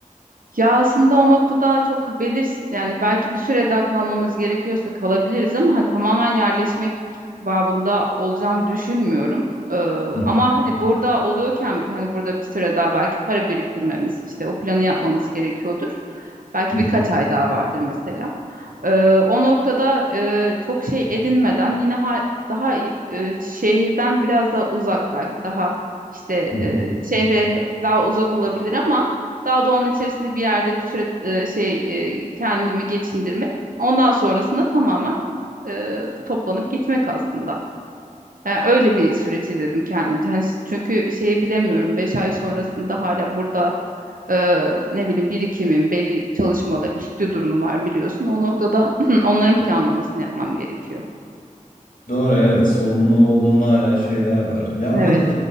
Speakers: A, on the right; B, on the left.
A: Ya aslında o noktada çok belirsiz yani belki bir süre daha kalmamız gerekiyorsa kalabiliriz ama hani tamamen yerleşmek babında olacağını düşünmüyorum. Ee,
B: Hı,
A: ama hani burada oluyorken bile hani burada bir süre daha belki para biriktirmemiz işte o planı yapmamız gerekiyordur. Belki
B: hı, hı,
A: birkaç ay daha vardır mesela. Ee, o noktada e, çok şey edinmeden yine ha- daha e, şehirden biraz daha uzak belki daha işte
B: hı, hı.
A: e, şehre daha uzak olabilir ama daha doğanın içerisinde bir yerde bir süre e, şey e, kendimi geçindirmek. Ondan sonrasında tamamen e, toplanıp gitmek aslında. Yani öyle bir süreç izledim kendimce. Hani çünkü şeyi bilemiyorum 5 ay sonrasında hala burada ee, ne bileyim birikimim, belli çalışmalarım, stüdyo durumu var biliyorsun. O noktada <clears throat> onların planlamasını yapmam gerekiyor.
B: Doğru evet sorumlu olduğun hala şeyler var. Ya
A: Evet,
B: ama de, e,